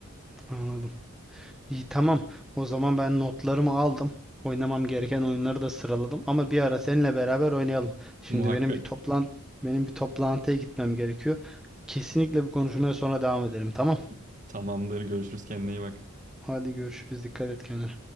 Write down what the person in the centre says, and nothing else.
anladım. İyi tamam. O zaman ben notlarımı aldım. Oynamam gereken oyunları da sıraladım ama bir ara seninle beraber oynayalım. Şimdi
benim bir toplan benim bir toplantıya gitmem gerekiyor. Kesinlikle bu konuşmaya sonra devam edelim. Tamam.
Hadi görüşürüz. Dikkat et kendine.